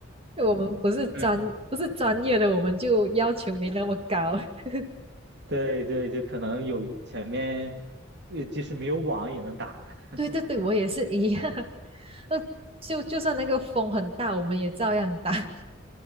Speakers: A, on the right; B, on the right.
A: 就我们不是专不是专业的，
B: 对，
A: 我们就要求没那么高。<laughs>
B: 对对，就可能有一前面呃即使没有网也能打 <laughs>
A: 对对对，我也是一样。<laughs> 那就就算那个风很大，我们也照样打。<laughs>